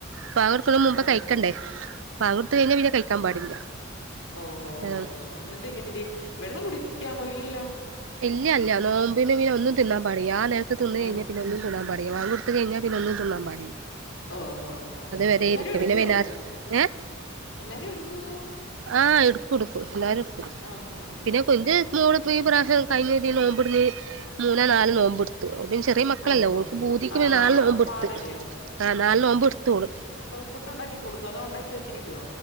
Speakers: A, on the right; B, on the left.
A: ബാങ്കൊടുക്കുണന്റെ മുമ്പ്
B: ഓഹോ!
A: കഴിക്കണ്ടേ. ബാങ്കോടുത്ത് കഴിഞ്ഞാൽ പിന്നെ കഴിക്കാൻ പാടില്ല.
B: ഓ ഹോ
A: അതാണ്
B: ഓ ഹോ എന്നിട്ട് ഇങ്ങനെ രി വെള്ളം കുടിക്കാമോ, ഇല്ലല്ലോ?
A: ഇല്യ ല്ല നോമ്പിന് പിന്നെ ഒന്നും തിന്നാൻ പാടിയ്യ. ആ നേരത്ത് തിന്ന്
B: ആ.
A: കഴിഞ്ഞാ പിന്നെ ഒന്നി തിന്നാൻ പാടിയ്യ. വാങ്കൊട്ത്ത് കഴിഞ്ഞാ പിന്നൊന്നും തിന്നാൻ പാടില്ല.
B: ഓ ഓ ഓ ഹ
A: അത് വരെ
B: എല്ലാരും
A: ഇരിക്കും
B: എടുക്കുവോ?
A: പിന്നെ വൈന്നാ ഏഹ്
B: എല്ലാരും എടുക്കോ?
A: ആഹ് എടുക്കും എടുക്കും എല്ലരും എടുക്കും.
B: ആഹാഹാഹാഹാ.
A: പിന്നെ <unintelligible> മോള് ഈ പ്രാവശ്യം കഴിഞ്ഞ രി നോമ്പടുന്ന് മൂന്നേ നാല് നോമ്പുടു ശെറിയേ മക്കളല്ലേ,
B: ഓഹോ!
A: ഓക്ക് ഭൂതിക്ക്
B: ആ
A: പിന്നെ നാലു
B: അവർക്ക്
A: നോമ്പ്ടുത്ത്.
B: പാടല്ലയോ?
A: ആഹ നാല് നോമ്പ്ട്ത്ത് ഓള്.
B: ഫുഡ്ണ്ടാകികൊടുക്കോ? അതോ ഉണ്ടാക്കി വെച്ചിരിക്കോ?